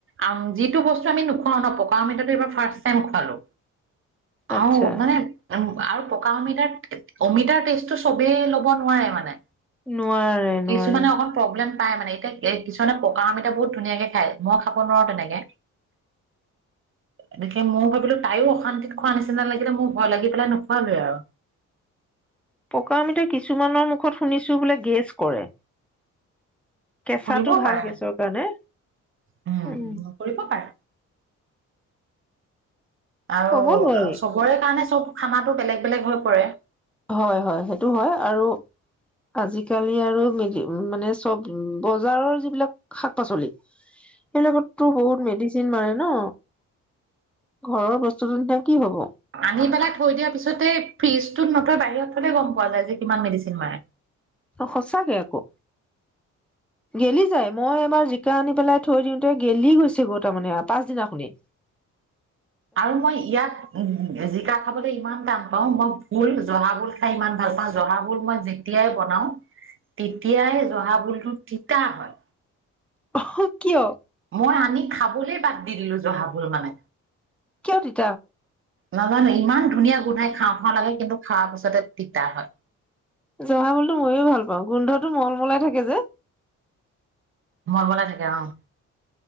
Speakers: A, on the right; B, in the centre.
A: আম যিটো বস্তু আমি নোখোৱাও ন পকা অমিতাটো এইবাৰ ফাৰ্ষ্ট টাইম খোৱালো
B: আচ্ছা
A: আউহ মানে উ আৰু পকা অমিতাৰ অমিতাৰ টেষ্টটো চবেই ল'ব নোৱাৰে মানে
B: নোৱাৰে
A: কিছুমানে
B: নোৱাৰে
A: অকণ প্ৰব্লেম পাই মানে এতিয়া এ কিছুমানে পকা অমিতা বহুত ধুনীয়াকে খাই মই খাব নোৱাৰো তেনেকে গতিকে মই ভাবিলো তাইও অশান্তিত খোৱা নিচিনা লাগিলে মোৰ ভয় লাগি পেলাই নোখোৱালোৱেই আৰু
B: পকা আমিতা কিছুমানৰ ত শুনিছো বোলে গেছ কৰে কেঁচাটো
A: কৰিবও
B: ভাল
A: পাৰে
B: গেছৰ কাৰণে।
A: উম, উম,
B: উ
A: কৰিব পাৰে। আৰু
B: ক'ব নোৱাৰি
A: চবৰে কাৰণে চব খানাটো বেলেগ বেলেগ হৈ পৰে
B: হয় হয় সেইটো হয় আৰু আজিকালি আৰু মেডি মানে চব বজাৰৰ যিবিলাক শাক পাচলি সেইবিলাকতো বহুত মেডিচিন মাৰে ন। ঘৰৰ বস্তুটো নিচিনা কি হ'ব।
A: আনি পেলাই থৈ দিয়াৰ পিছতে ফ্ৰিজটোত নথৈ বাহিৰত থলে গম পোৱা যায় যে কিমান মেডিচিন মাৰে
B: সঁচাকে আকৌ গেলি যায় মই জিকা আনি পেলাই থৈ দিওঁতে গেলি গৈছে গৈ তাৰমানে পাছদিনাখনেই
A: আৰু মই ইয়াত উ-জিকা খাবলৈ ইমান টান পাওঁ মই ভোল জহা ভোল খাই ইমান ভাল পাওঁ। জহা ভোল মই যেতিয়াই বনাও তেতিয়াই জহা ভোলটো তিতা হয়।
B: <unintelligible> কিয়?
A: মই আনি খাবলৈ বাদ দি দিলো জহাভোল মানে।
B: কিয় তি
A: নাজানো, ইমান ধুনীয়া গোন্ধাই খাওঁ, খাওঁ লাগে কিন্তু খোৱা পিছতে তিতা হয়।
B: জহা ভোলটো ময়ো ভাল পাওঁ গোন্ধটো মলমলাই থাকে যে
A: মলমলাই থাকে অ'।